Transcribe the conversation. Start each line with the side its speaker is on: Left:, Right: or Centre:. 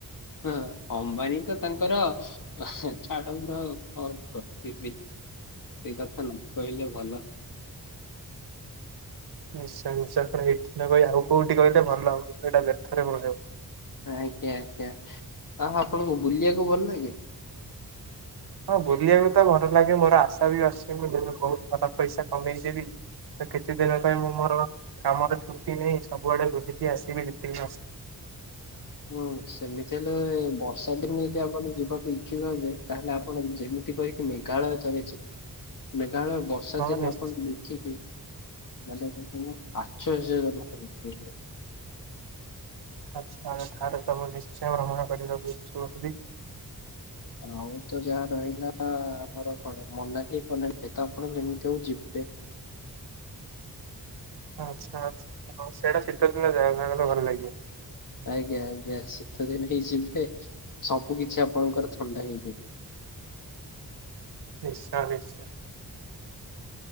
Left: ହଁ ଅମ୍ବାନୀ ତ ତାଙ୍କର ଛାଡନ୍ତୁ ମୁ ତ ଆଉ କଣ କରିବି ସେ କଥା ନ କହିଲେ ଭଲ।
Right: ନିଶ୍ଚୟ ନିଶ୍ଚୟ ଆପଣ ଏଇଠି ନ କହି ଆଉ କୋଉଠି କହିଲେ ଭଲ ହବ ଏଇଟା ବ୍ୟର୍ଥ ରେ ପଳେଇବ।
Left: ଆଜ୍ଞା ଆଜ୍ଞା ଆଉ ଆପଣଙ୍କୁ ବୁଲିବାକୁ ଭଲ ଲାଗେ?
Right: ହଁ ବୁଲିବାକୁ ତ ଭଲ ଲାଗେ ମୋର ଆଶା ବି ଅଛି ମୁଁ ଦେବେି ବୋହୁତ ସାରା ପଇସା କମେଇ ଦେବି ତ କିଛି ଦିନ ପାଇଁ ମୁଁ ମୋର କାମର ଛୁଟି ନେଇ ସବୁଆଡେ ବୁଲିକି ଆସିବି ଦି ତିନି
Left: ହୁଁ ସେମିତି ହେଲେ ବର୍ଷା ଦିନ ଯଦି ଆପଣ ଯିବାକୁ ଠିକ ତାହେଲେ ଆପଣ ଯେମିତି କହିକି ମେଘାଳୟ ଚାଲି ଯିବେ ମେଘାଳୟ ବ ବର୍ଷା
Right: ହଁ
Left: ଦିନେ
Right: ନିଶ୍ଚୟ।
Left: ଆପଣ ଲେଖିିକେ ନହେଲେ ପାଞ୍ଚ ହଜାର ହେଇ
Right: ଆ ଠାରେ ସବୁ ନିଶ୍ଚୟ ଭ୍ରମଣ କରିବାକୁ <unintelligible>
Left: ଆଉ ତ ଯାହା ରହିଲା ଆମର କଣ ମୋନାଲି ଫୋନାଲି ତ ଆପଣ ଯେମିତି ହୋଉ ଯିବେ।
Right: ଆଚ୍ଛା ସେଇଟା ଶୀତଦିନ <unintelligible> ଭଲ ଲାଗିବ।
Left: ଆଜ୍ଞା ଆଜ୍ଞା ଶୀତ ଦିନ ହେଇଯିବେ ସବୁ କିଛି ଆପଣଙ୍କର ଥଣ୍ଡା ହେଇଯିବ।
Right: ନିଶ୍ଚୟ ନିଶ୍ଚୟ।